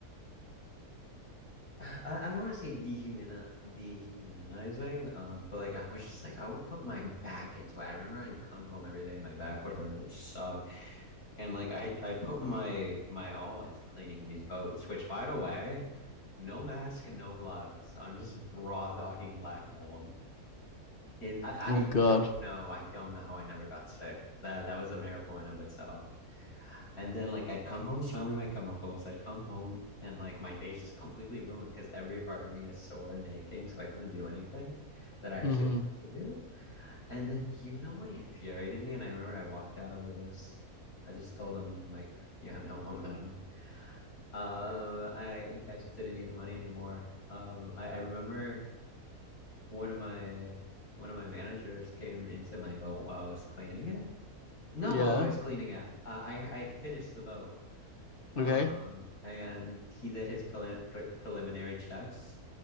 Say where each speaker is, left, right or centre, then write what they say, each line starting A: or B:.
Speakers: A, on the left; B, on the left.
A: I, I don't want to say dehuman dehumanizing, um, but like I was just like I would put my back into it. I remember I'd come home every day, my back would hurt, it would suck. And like I I put my my all into cleaning these boats, which by the way, no mask, no gloves. I'm just raw dogging black mold. It, I,
B: Oh
A: I
B: God.
A: don't know. I don't know how I never got sick. That that was a miracle in of itself. And then like I'd come home smelling like chemicals. I'd come home and like my day's just completely ruined because every part of me is sore and aching, so I couldn't do anything that I actually
B: Mm-hmm.
A: wanted to do. And then you know what infuriated me? And I remember I walked out over this. I just told them like, yeah, no, I'm done. Um, I I just didn't need the money anymore. Um, I, I remember one of my one of my managers came into my boat while I was cleaning it. No,
B: Yeah.
A: while I was cleaning it, uh, I I had finished the boat. Um,
B: Okay.
A: and he did his prelim pre preliminary checks,